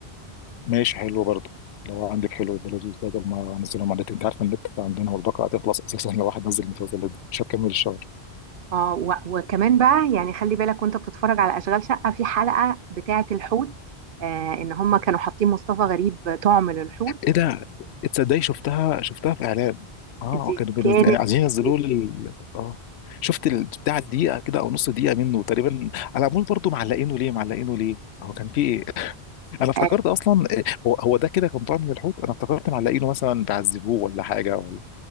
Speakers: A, on the left (about 80°); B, on the right (about 60°).
A: ماشي حلو برضه لو عندك حلو يبقى لذيذ بدل ما انزلهم على النت انت عارف ان النت عندنا والباقه هتخلص اساسا لو واحد نزل المسلسلات دي مش هتكمل الشهر
B: اه و- وكمان بقى يعني خلي بالك وانت بتتفرج على اشغال شقه في حلقه بتاعه الحوت آه ان هم كانوا حاطين مصطفى غريب طعم للحوت
A: ايه ده تصدقي شفتها شفتها في اعلان اه
B: دي
A: كانوا بينزل
B: كانت
A: يعني عايزين
B: مميتة.
A: ينزلوه لل اه شفت البتاع دقيقه كده او نص دقيقه منه تقريبا على عمول برضه معلقينه ليه معلقينه ليه هو كان في ايه <laughs> انا افتكرت
B: آه
A: اصلا آه، هو هو ده كده كان طالع من الحوت انا افتكرت معلقينه مثلا بيعذبوه ولا حاجه ولا